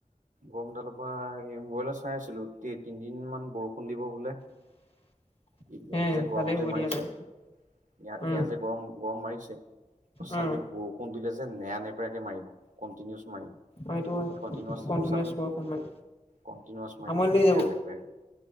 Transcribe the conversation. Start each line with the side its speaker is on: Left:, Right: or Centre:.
Right: গৰমডালৰ পৰা মইত চাই আছিলো তিনদিন মান বৰষুণ, দিব বোলে।
Left: <inaudible>
Right: ই
Left: হে
Right: এয়া যে গৰম
Left: ভালেই হ'ব
Right: যে মাৰিছে
Left: দিয়া তে
Right: ইয়
Left: উম
Right: এয়া যে গৰম গৰম মাৰিছে।
Left: উম
Right: চাবি বৰষুণ দিলে যে নেৰা নেপেৰাকে মাৰিব কণ্টিনিউছ মাৰিব।
Left: অ সেইটো হয়
Right: কণ্টিনছ
Left: কণ্টিনিউৱাছ
Right: দিব চাবি
Left: ৱৰ্ক সোমাই
Right: কণ্টিনাছ মাৰিব
Left: আমনি লাগি যাব
Right: নেৰা নেপেৰাকে।